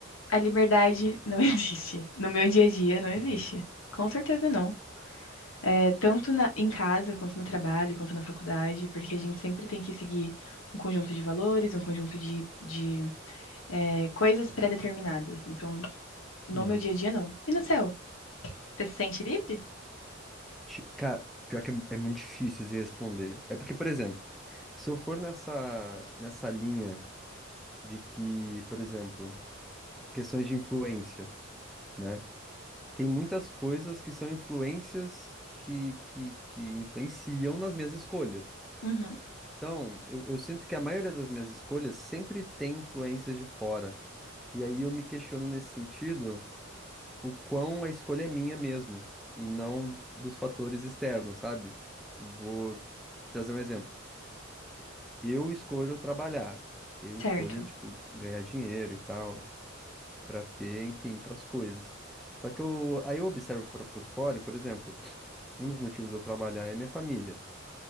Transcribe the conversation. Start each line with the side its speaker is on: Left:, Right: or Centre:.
Left: a liberdade não <laughs> existe. No meu dia a dia, não existe.
Centre: uhum,
Left: Com certeza não. É, tanto na- em casa, quanto no trabalho, quanto na faculdade, porque a gente sempre tem que seguir um conjunto de valores, um conjunto de, de é, coisas pré-determinadas. Então, no
Centre: uhum.
Left: meu dia a dia, não. E no seu? Você se sente livre?
Centre: Ti- Cara, pior que é, é muito difícil de responder. É porque, por exemplo, se eu for nessa, nessa linha de que, por exemplo, questões de influência, né? Tem muitas coisas que são influências que, que, que influenciam nas minhas escolhas.
Left: Uhum.
Centre: Então, eu, eu sinto que a maioria das minhas escolhas sempre tem influências de fora. E aí eu me questiono nesse sentido. o quão a escolha é minha mesmo e não dos fatores externos, sabe? Vou trazer um exemplo. Eu escolho trabalhar, eu
Left: Certo.
Centre: escolho, tipo, ganhar dinheiro e tal, pra ter, enfim, pras coisas. Só que eu, aí eu observo pra- por fora, e, por exemplo, um dos motivos de eu trabalhar é minha família,